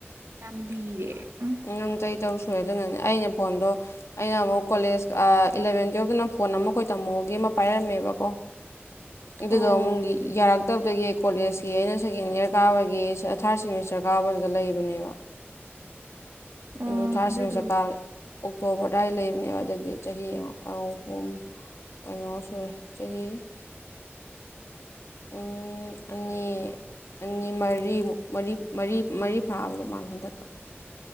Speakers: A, on the right; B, on the left.
A: ꯇꯝꯂꯤꯔꯦ ꯎꯝ
B: ꯅꯪ ꯆꯍꯤ ꯇꯔꯨꯛ ꯁꯨꯔꯦ ꯑꯗꯨꯅꯅꯦ ꯑꯩꯅ ꯐꯣꯟꯗꯣ ꯑꯩꯅ ꯑꯃꯨꯛ ꯀꯣꯂꯦꯖ ꯏꯂꯕꯦꯟ ꯇꯨꯌꯦꯜꯞꯇꯅ ꯐꯣꯟ ꯑꯃꯈꯣꯏ ꯇꯝꯃꯣꯒꯤ ꯑꯃ ꯄꯥꯏꯔꯝꯃꯦꯕ ꯀꯣ ꯑꯗꯨꯗꯣ
A: ꯑꯣ
B: ꯑꯃꯨꯛ ꯌꯥꯔꯛꯇꯕꯗꯒꯤ ꯀꯣꯂꯦꯖꯀꯤ ꯑꯩꯅ ꯁꯦꯀꯦꯟ ꯏꯌꯥꯔ ꯀꯥꯕꯒꯤ ꯊꯥꯔꯠ ꯁꯦꯃꯤꯁꯇꯔ ꯆꯀꯥꯔꯕꯗ ꯂꯩꯕꯅꯦꯕ
A: ꯑꯣ
B: ꯑꯗꯨ ꯊꯥꯁꯤ
A: ꯑꯗꯨꯗꯨ
B: ꯆꯀꯥ ꯑꯣꯛꯇꯣꯕ ꯑ ꯑꯗꯨꯋꯥꯏ ꯂꯩꯕꯅꯦꯕ ꯑꯗꯨꯗꯤ ꯆꯍꯤ ꯑꯍꯨꯝ ꯀꯩꯅꯣ ꯁꯨꯔꯦ ꯆꯍꯤ ꯎꯝ ꯑꯅꯤ ꯑꯅꯤ ꯃꯔꯤꯃꯨꯛ ꯃꯔꯤ ꯃꯔꯤ ꯃꯔꯤ ꯐꯥꯕ ꯃꯥꯜ ꯍꯟꯗꯛꯀ